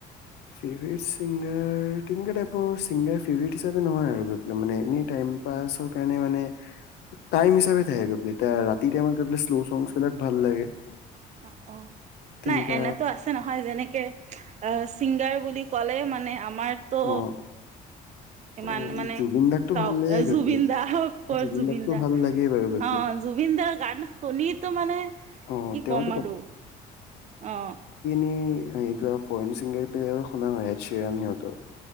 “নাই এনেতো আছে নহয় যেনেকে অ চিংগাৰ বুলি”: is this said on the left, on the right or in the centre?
Right